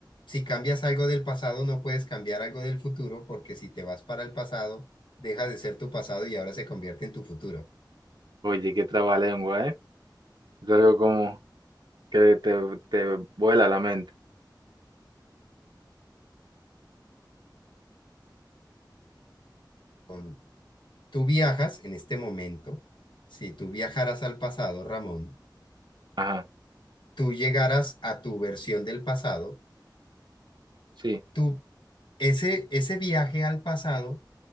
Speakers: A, on the left (about 85°); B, on the right (about 70°).
A: si cambias algo del pasado, no puedes cambiar algo del futuro, porque si te vas para el pasado, deja de ser tu pasado y ahora se convierte en tu futuro.
B: Oye, qué trabalengua, ¿eh? Es algo como que te, te vuela la mente.
A: Con- Tú viajas en este momento. Si tú viajaras al pasado, Ramón,
B: Ajá,
A: tú llegaras a tu versión del pasado,
B: sí.
A: tú, ese, ese viaje al pasado